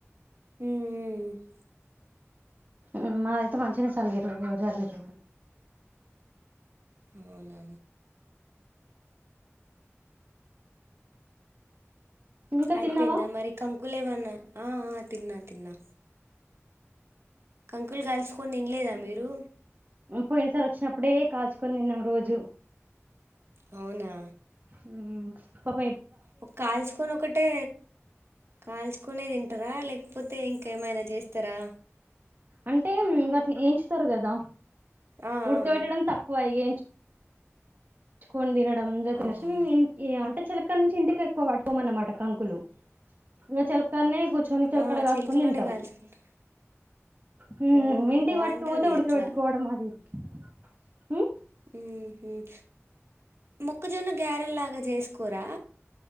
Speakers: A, on the right; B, on the right.
A: ఉ ఉ
B: ఉ మాదయితే మంచి చల్లిరు ఎవరు చల్లిరు
A: అవునా
B: ఇంకా
A: అయిపోయింద
B: తిన్నావా
A: మరి కం ఒకులేవన్న ఆ తిన్నా తిన్నా కంకుల్ కాల్చు కోన్ తినలేదా మీరు
B: పోయిన సారి వచ్చినప్పుడే కాల్చుకొని తిన్నాం రోజు
A: అవునా
B: హ్మ్మ్
A: ఒక కాల్చుకొని ఒకటే కాల్చుకొని అంటార లేకపోతే ఇంకా ఏమైనా జేస్తారా
B: అంటే వాటిని ఎంచుతారు కదా
A: ఆ
B: ఉడక
A: ఆ
B: వేట్టడం తక్కువ ఇగ ఏంచూ కోన్ దిన <unintelligible>
A: ఆ అవునా
B: ఇగ అంటే చెలక నుంచి ఇంటికి ఎక్కువ పట్టుకోమన్నమాట కంకులు ఇగ చెలకలనే కుచ్ కూర్చొనికి
A: ఆ
B: అక్కడ కాసుకొని
A: చిలుకలోనే
B: తింటాం
A: కాల్చుకుంటారు
B: హ్మ్మ్
A: ఓహ్
B: ఇంటికీ
A: బాగుంటది
B: పట్టుకపోతే ఉడక
A: అట్లా
B: పెట్టుకోవడం అదిది హ్మ్మ్
A: హ్మ్మ్ మొక్కజొన్న గ్యారెల్లాగా చేసుకోరా